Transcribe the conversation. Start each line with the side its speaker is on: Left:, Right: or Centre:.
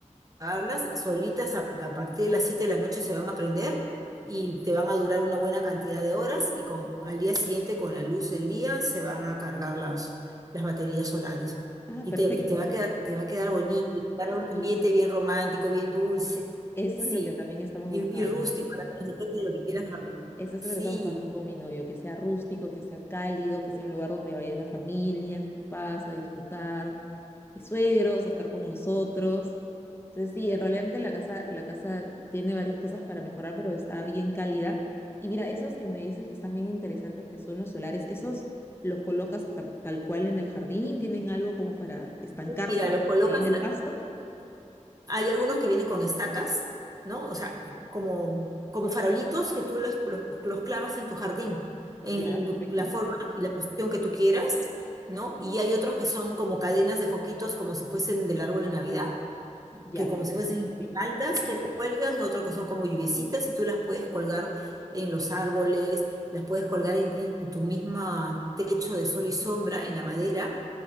Right: pagarlas, solitas a, a partir de las 7 de la noche se van a aprender y te van a durar una buena cantidad de horas y con, al día siguiente con la luz del día se van a cargar las, las baterías solares.
Left: Ah,
Right: Y
Left: perfecto.
Right: te, y te va a quedar, te va a quedar bonito, y te va a dar un
Left: Sí,
Right: ambiente bien romántico, bien dulce,
Left: Eso
Right: sí,
Left: es lo que también estamos
Right: y,
Left: buscando.
Right: y rústico, depende de lo que quieras darle.
Left: Eso es
Right: Sí,
Left: lo que estamos buscando con mi novio, que sea rústico, que sea cálido, que sea un lugar donde vaya la familia, mis papás a disfrutar, mis suegros, a estar con nosotros. Entonces sí, en realidad la casa, la casa tiene varias cosas para mejorar, pero está bien cálida. Y mira, esos que me dices que están bien interesantes, que son los solares, ¿esos los colocas ta- tal cual en el jardín? ¿Tienen algo como para estancarse
Right: mira, los colocas,
Left: ahí en el pasto?
Right: Hay algunos que vienen con estacas, ¿no? O sea, como, como farolitos que tú los, los, los clavas en tu jardín, en
Left: Ya, perfecto.
Right: tu- la forma y la posición que tú quieras, ¿no? Y hay otros que son como cadenas de foquitos, como si fuesen del árbol de Navidad,
Left: Ya,
Right: que como
Left: lindo.
Right: si fuesen
Left: Ok.
Right: guirnaldas que cuelgan, otros que son como lluviecitas y tú las puedes colgar en los árboles, las puedes colgar en, en tu misma techo de sol y sombra, en la madera